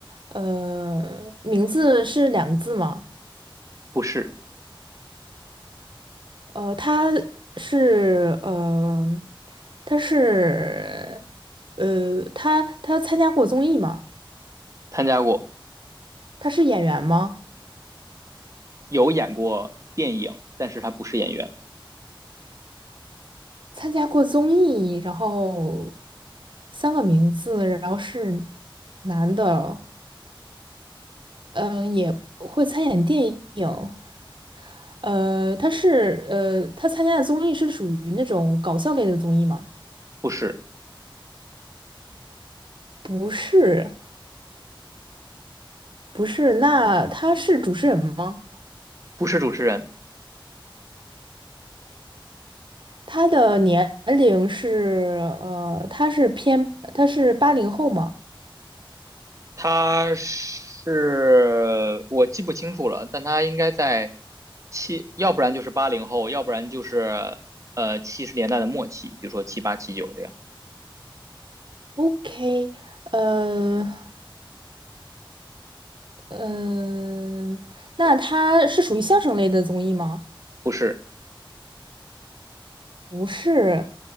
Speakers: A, on the right (about 65°); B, on the right (about 35°).
A: 呃，名字是两个字吗？
B: 不是，
A: 呃，他是呃，他是呃，他他参加过综艺吗？
B: 参加过，
A: 他是演员吗？
B: 有演过电影，但是他不是演员，
A: 参加过综艺，然后三个名字，然后是男的，嗯、也会参演电影，呃，他是呃，他参加的综艺是属于那种搞笑类的综艺吗？
B: 不是，
A: 不是。不是，那他是主持人吗？
B: 不是主持人，
A: 他的年龄是呃，他是偏他是八零后吗
B: 他是，我记不清楚了，但他应该在七，要不然就是八零后，要不然就是呃七十年代的末期，比如说七八七九这样，
A: ？OK，呃嗯、那他是属于相声类的综艺吗？
B: 不是，
A: 不是，